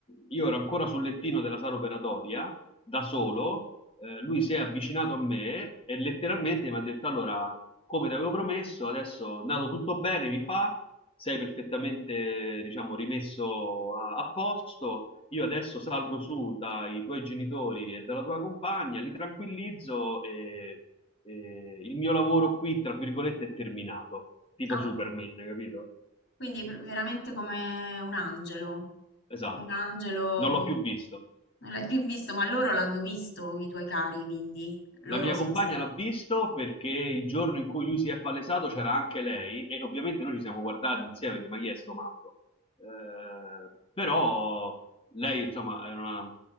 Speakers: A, on the left; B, on the left.
A: io ero ancora sul lettino della sala operatoria, da solo, eh, lui si è avvicinato a me e letteralmente mi ha detto, allora, come ti avevo promesso, adesso è andato tutto bene, mi fa sei perfettamente, diciamo, rimesso a, a posto. Io adesso salgo su dai tuoi genitori e dalla tua compagna, li tranquillizzo e, e il mio lavoro qui, tra virgolette, è terminato, tipo
B: Ah,
A: Superman, capito?
B: quindi pr- veramente come un angelo,
A: Esatto,
B: un angelo,
A: non l'ho più visto.
B: non l'hai più visto, ma loro l'hanno visto, i tuoi cari, quindi loro
A: La mia
B: sono
A: compagna
B: stati.
A: l'ha visto perché il giorno in cui lui si è palesato c'era anche lei e ovviamente noi ci siamo guardati insieme, di ma chi è sto matto? Eh, però lei insomma era una, una